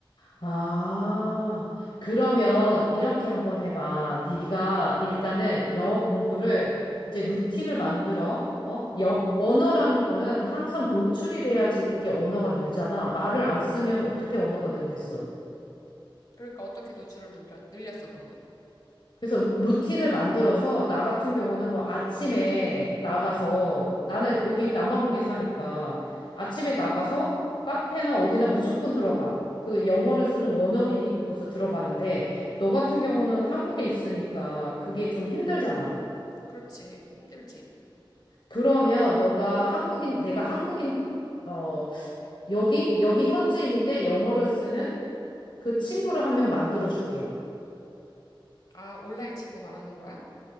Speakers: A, on the left; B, on the left.
A: 아, 그러면 이렇게 한번 해봐. 네가 일단은 영어 공부를 이제 루틴을 만들어. 어? 여, 언어라는 거는 항상 노출이 돼야지 그게 언어가 늘잖아. 말을 안 쓰면 어떻게 언어가 늘겠어?
B: 그러니까 어떻게 노출을 늘려- 늘렸어, 너는?
A: 그래서 루틴을 만들어서 나 같은 경우는 뭐 아침에 나가서 나는 여기 남아공에 사니까 아침에 나가서 카페나 어디나 무조건 들어가. 그 영어를 쓰는 원어민이 있는 곳으로 들어가는데 너 같은 경우는 한국에 있으니까 그게 좀 힘들잖아.
B: 그렇지. 힘들지.
A: 그러면 너가 한국인, 내가 한국인, 어, 여기, 여기 현지인인데 영어를 쓰는 그 친구를 한 명 만들어 줄게.
B: 아, 온라인 친구 말하는 거야?